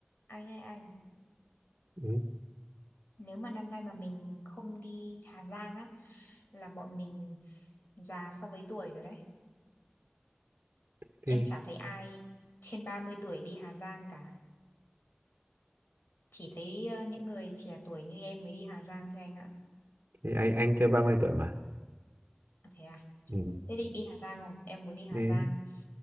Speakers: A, on the left; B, on the right.
A: anh ơi anh
B: ừ.
A: nếu mà năm nay mà mình không đi Hà Giang á là bọn mình già so với tuổi rồi đấy em
B: thì,
A: chả thấy ai trên 30 tuổi đi Hà Giang cả chỉ thấy ờ, những người trẻ tuổi như em mới đi Hà Giang thôi anh ạ
B: thì anh anh chưa 30 tuổi mà
A: À, thế à
B: ừ.
A: thế định đi Hà Giang không em muốn đi Hà
B: đấy
A: Giang